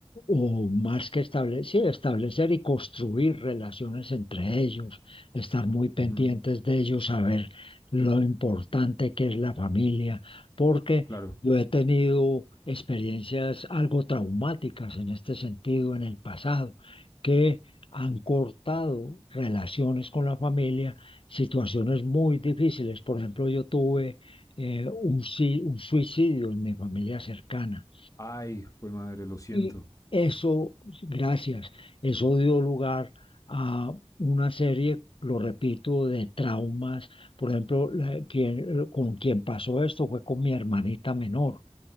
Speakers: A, on the left; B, on the left.
A: o más que establecer, sí, establecer y construir relaciones entre ellos, estar muy pendientes
B: Ujú,
A: de ellos, saber lo importante que es la familia, porque
B: claro.
A: yo he tenido experiencias algo traumáticas en este sentido en el pasado, que han cortado relaciones con la familia, situaciones muy difíciles. Por ejemplo, yo tuve eh, un, si- un suicidio en mi familia cercana
B: Ay, güey madre, lo siento.
A: y eso, gracias, eso dio lugar a una serie, lo repito, de traumas. Por ejemplo, la- quien- con quien pasó esto fue con mi hermanita menor.